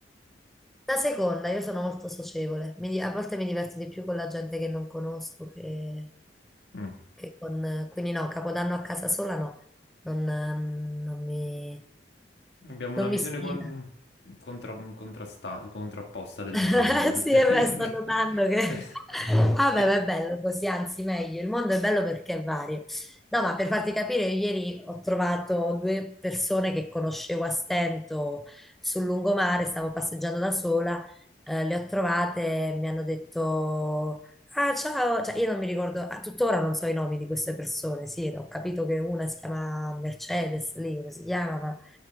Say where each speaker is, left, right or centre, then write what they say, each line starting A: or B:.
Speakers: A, in the centre; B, on the left (about 80°).
A: La seconda, io sono molto socievole, Mi di- a volte mi diverto di più con la gente che non conosco che...
B: Mm.
A: che con- quindi no, Capodanno a casa sola no, non, ehm, non mi,
B: Abbiamo una
A: non
B: visione
A: mi ispira.
B: con- contra- contrasta- contrapposta del
A: <laughs>
B: mondo. del-
A: Sì, e beh, sto notando
B: <laughs>
A: che... <laughs> Vabbè,
B: E
A: ma è bello così, anzi meglio. Il mondo è bello perché è vario. No, ma per farti capire, io ieri ho trovato due persone che conoscevo a stento sul lungomare, stavo passeggiando da sola, eh, le ho trovate, e mi hanno detto... Ah, ciao, Cioè, io non mi ricordo, a tuttora non so i nomi di queste persone, sì, ho capito che una si chiama Mercedes, lì come si chiama, ma